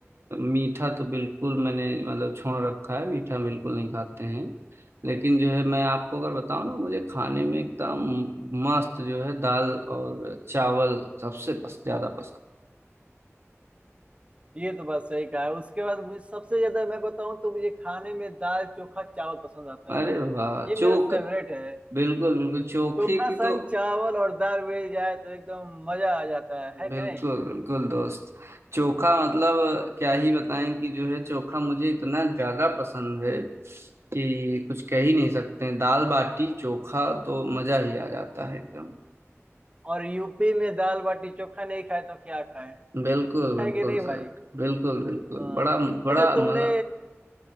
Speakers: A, on the right; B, on the right.
A: मीठा तो बिल्कुल मैंने मतलब छोड़ रखा है मीठा बिल्कुल नहीं खाते हैं लेकिन जो है मैं आपको अगर बताऊं ना मुझे खाने में एकदम मस्त जो है दाल और चावल सबसे पस, ज्यादा पसंद
B: ये तो बात सही कहा है उसके बाद मुझे सबसे ज्यादा मैं बताऊं तो मुझे खाने में दाल चोखा चावल पसंद आता
A: अरे
B: है
A: वाह
B: ये
A: चोख
B: मेरा फेवरेट है
A: बिल्कुल बिल्कुल चोखे
B: चोखा
A: की
B: संग
A: तो
B: चावल और दाल मिल जाए तो एकदम मजा आ जाता है है
A: बिल्कुल
B: कि नहीं
A: बिल्कुल दोस्त चोखा मतलब क्या ही बताएं कि जो है चोखा मुझे इतना ज्यादा पसंद है कि कुछ कह ही नहीं सकते हैं दाल बाटी चोखा तो मजा ही आ जाता है एकदम
B: और यूपी में दाल बाटी चोखा नहीं खाए तो क्या खाए
A: बिल्कुल बिल्कुल
B: है कि नहीं भाई
A: सर बिल्कुल बिल्कुल
B: हाँ
A: बड़ा बड़ा
B: अच्छा तुमने
A: मजा